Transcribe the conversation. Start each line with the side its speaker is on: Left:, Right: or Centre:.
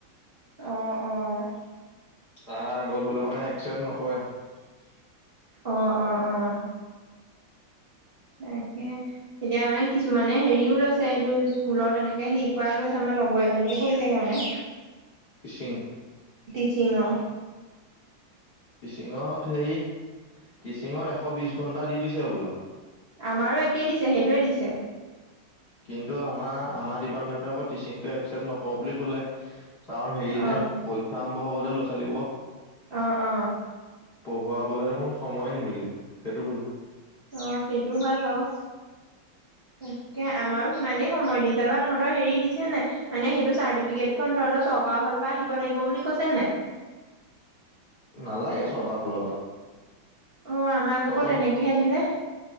Right: অ', অ'।
Left: তাৰ আগত হলে মানে একচেপ্ট নকৰে।
Right: অ অ অ তাকে এতিয়া মানে কিছুমানে হেৰিও লৈছে এইটো স্কুলত এনেকে হেৰি কৰা লৈছে আমাৰ লগৰ এজনীয়ে কৰিছেহে মানে।
Left: টিচিং
Right: চিংৰ।
Left: টিচিংত হেৰি টিচিংত এশ বিশ ঘন্টা দি দিছে বোলে।
Right: আমাৰো একেই দিছে সেইটোৱে দিছে।
Left: কিন্তু আমাৰ আমাৰ ডিপাৰ্টমেন্টৰ আগত টিচিংটো এক্সেপ্ত নকৰোঁ বুলি কলে কাৰণ হেৰি
Right: অ
Left: যে পৰীক্ষা আৰম্ভ হব ল'ৰা ছোৱালী বোৰৰ।
Right: অ', অ'।
Left: পঢ়ুৱাবলেই দেখোন সময়ে নিমিলিব সেইটো কলে।
Right: অ', সেইটো হয় বাৰু তাকে আমাৰো সিমানেই সময় দিছে। তহঁতৰ হেৰি দিছে নে মানে সেইটো চাৰ্টিফিকেটখন তহঁতৰ চৰকাৰৰ ফালৰ পৰা আহিব লাগিব বুলি কৈছে নাই?
Left: নালাগে চৰকাৰ ফালৰ পৰা।
Right: ও, আমাক
Left: তহঁতৰ
Right: আকৌ তেনেকেহে দিলে।